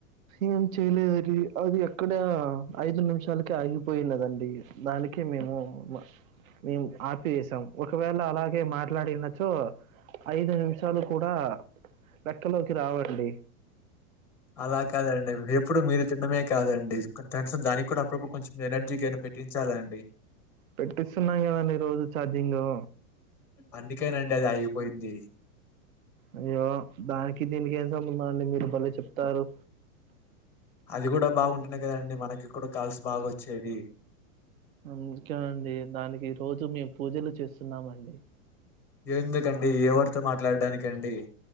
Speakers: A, on the right; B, in the centre.
A: ఏం చేయలేదది అది అక్కడ ఐదు నిమిషాలకె ఆగి పోయినదండి దానికే మేము మా మేం ఆపేసాం ఒకవేళ అలాగే మాట్లాడినచో ఐదు నిమిషాలు కూడా లెక్కలోకి రావండి
B: అలా కాదండి ఎప్పుడు మీరు తిండమే కాదండి కొంచె ఎస్రా దానిక్ కూడా ప్రభు కొంచెం ఎనర్జీకైయనా పెట్టించాలండి
A: పెట్టిస్తున్నాం గదండీ ఈ రోజు ఛార్జింగూ
B: అందుకేనండి అది ఆగిపోయింది
A: అయ్యో దానికి దీనికి ఏం సంబంధం అండి మీరు బలే చెప్తారు
B: అది గూడా బాగుంటెనే కదండి మనకి క్కూడ కాల్స్ బాగా వచ్చేది
A: అందుకే అండి దానికి రోజు మేమ్ పూజలు చేస్తున్నామండి
B: ఎందుకండి ఎవరితో మాట్లాడ్డానికండి